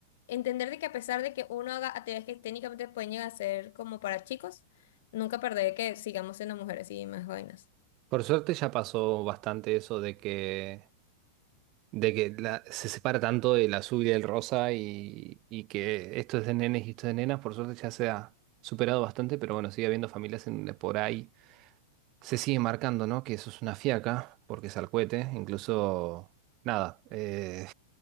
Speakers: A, on the left (about 65°); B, on the right (about 40°).
A: entender de que a pesar de que uno haga actividades que técnicamente pueden llegar a ser como para chicos, nunca perder que sigamos siendo mujeres y más vainas.
B: Por suerte ya pasó bastante eso de que de que la- se separa tanto del azul y del rosa y, y que esto es de nenes y esto es de nenas, por suerte ya se ha superado bastante, pero bueno, sigue habiendo familias en, por ahí se sigue marcando, ¿no? Que eso es una fiaca, porque es al cohete, incluso, nada, eh,